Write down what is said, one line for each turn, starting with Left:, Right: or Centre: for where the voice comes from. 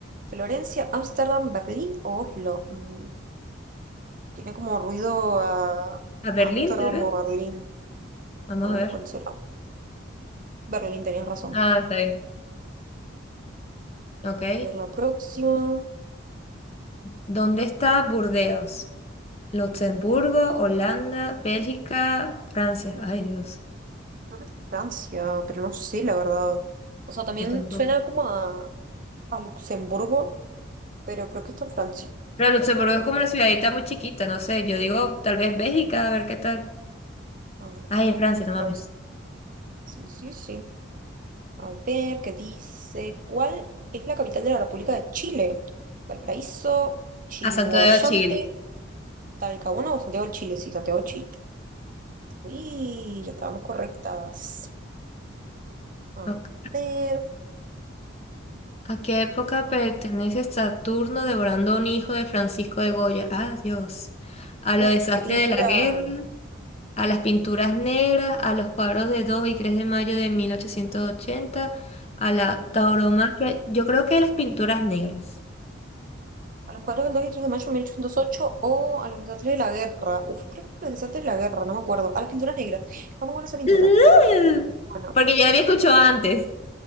Right: ¿Florencia, Ámsterdam, Berlín o Oslo? Mm, tiene como ruido a
Left: ¿A
Right: a
Left: Berlín,
Right: Ámsterdam
Left: tal vez?
Right: o Berlín.
Left: Vamos
Right: A ver,
Left: a ver.
Right: ¿cuál será? Berlín, tenías razón.
Left: Ah, está bien. Ok. Eh,
Right: A ver, la próxima.
Left: ¿dónde está Burdeos? Luxemburgo, Holanda, Bélgica, Francia. Ay, Dios.
Right: Creo que es Francia, pero no sé, la verdad. O sea, también
Left: Yo tampoco.
Right: suena como a, a Luxemburgo, pero creo que está en Francia.
Left: Pero Luxemburgo
Right: No
Left: es como
Right: sé,
Left: una ciudadita muy chiquita, no sé. Yo digo, tal vez Bélgica, a ver qué tal.
Right: a ver,
Left: Ay, es Francia,
Right: en
Left: no
Right: Francia.
Left: mames.
Right: Sí, sí, sí. A ver, ¿qué dice? ¿Cuál es la capital de la República de Chile? Valparaíso, Chihuayante,
Left: A Santo de Chile.
Right: Talcahuano o Santiago de Chile. Sí, Santiago de Chile. Uy, ya estábamos correctas. A
Left: Ok.
Right: ver,
Left: ¿A qué época pertenece Saturno devorando a un hijo de Francisco de Goya? Ah, Dios. A
Right: uf,
Left: los desastres
Right: qué pintura.
Left: de la guerra, a las pinturas negras, a los cuadros de 2 y 3 de mayo de 1880, a la tauromaquia. Yo creo que las pinturas negras.
Right: A los 4 del 2 y 3 de mayo de 1808 o a los desastres de la guerra. Uf, creo que a los desastres de la guerra, no me acuerdo. A las pinturas negras. Está muy buena esa pintura.
Left: <laughs>
Right: Bueno,
Left: Porque ya la había escuchado antes.